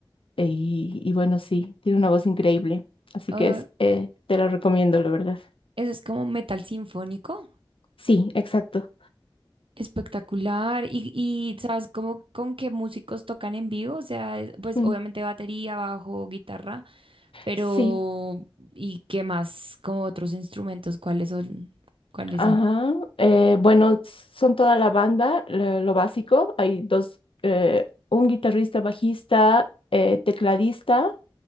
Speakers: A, on the left; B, on the right.
A: y, y bueno, sí, tiene una voz increíble, así
B: Ah,
A: que es, eh, te la recomiendo, la verdad.
B: eso es como metal sinfónico,
A: Sí, exacto.
B: espectacular. Y, y ¿sabes cómo, con qué músicos tocan en vivo? O sea, es- pues
A: Mm,
B: obviamente batería, bajo, guitarra. Pero,
A: Sí.
B: ¿y qué más? Como otros instrumentos, ¿cuáles son? ¿Cuáles
A: Ajá.
B: son?
A: eh, bueno, son toda la banda, le- lo básico. Hay dos, eh, un guitarrista, bajista, eh, tecladista